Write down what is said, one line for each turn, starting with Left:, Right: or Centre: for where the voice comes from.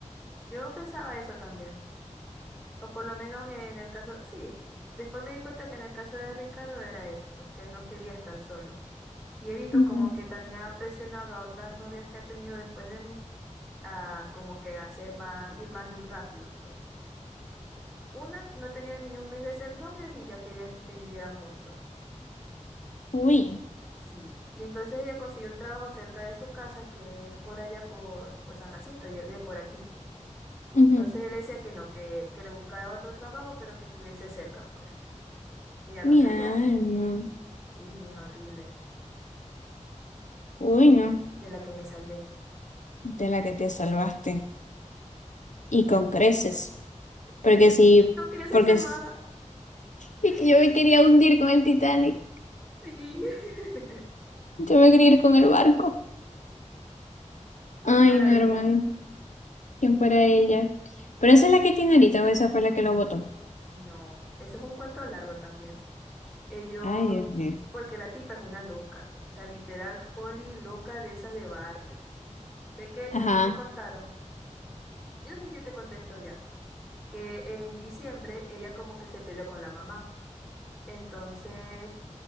Centre: Yo pensaba eso también. O por lo menos en el caso, sí. Después me di cuenta que en el caso de Ricardo era eso, pues que él no quería estar solo. Y he visto
Left: Ujú.
Centre: como que también ha presionado a otras novias que ha tenido después de mí a como que hacer más, ir más rápido, pues. Una no tenía ni un mes de ser novios y ya quería que vivieran juntos.
Left: Uy,
Centre: Sí. Y entonces ella consiguió un trabajo cerca de su casa, que es por allá por, por San Jacinto, y él vive por aquí.
Left: ujú.
Centre: Entonces él decía que no, que, que le buscara otro trabajo, pero que estuviese cerca, pues. Y ella no
Left: Mi
Centre: quería.
Left: alma.
Centre: Sí, mía, horrible.
Left: Uy, no,
Centre: De la que me salvé.
Left: de la que te salvaste. Y con creces. Porque
Centre: No, Yo
Left: si,
Centre: no quería ser
Left: porque
Centre: salvada.
Left: es...
Centre: <laughs>
Left: Y que yo me quería hundir con el Titanic.
Centre: Sí. <laughs>
Left: Yo me quería ir con el barco.
Centre: ¿Quién
Left: Ay,
Centre: fuera
Left: no,
Centre: ella?
Left: hermano. ¿Quién fuera ella? Pero esa es la que tiene ahorita o esa fue la que lo votó.
Centre: No, eso es un cuento largo también. Ellos,
Left: Ay, Dios mío.
Centre: porque la tipa es una loca. O sea, literal, foli loca de esas de barrio. Ve que a
Left: Ajá.
Centre: mí me contaron, yo no sé si yo te conté esto ya, que en diciembre ella como que se peleó con la mamá. Entonces,